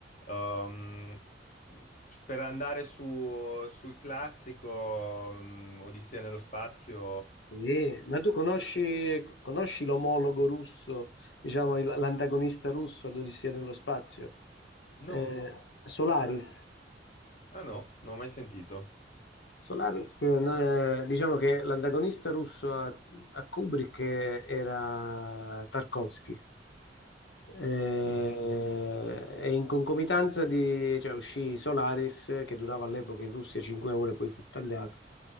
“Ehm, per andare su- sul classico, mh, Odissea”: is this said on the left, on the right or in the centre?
Left